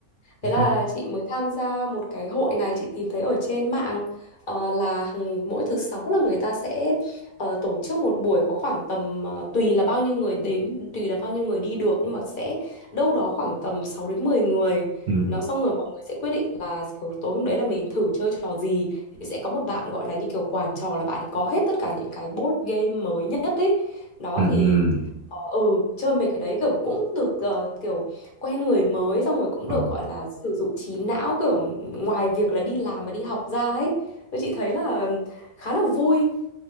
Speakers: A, on the left; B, on the right.
A: Thế
B: ok
A: là chị mới tham gia một cái hội này chị tìm thấy ở trên mạng ờ, là hằng, mỗi thứ sáu là người ta sẽ ờ, tổ chức một buổi có khoảng tầm ờ, tùy là bao nhiêu người đến tùy là bao nhiêu người đi được nhưng mà sẽ đâu đó khoảng tầm sáu đến mười người
B: ừ
A: nó xong rồi mọi người sẽ quyết định là kiểu tối hôm đấy là mình thử chơi trò gì thì sẽ có một bạn gọi là như kiểu quản trò là bạn ấy có hết tất cả những cái board game mới nhất ấy nó
B: ừ ừ.
A: thì ờ, ừ chơi mấy cái đấy kiểu cũng được ờ, kiểu quen người mới xong rồi cũng
B: ờ
A: được gọi là sử dụng trí não kiểu ngoài việc là đi làm và đi học ra ấy tôi chị thấy là khá là vui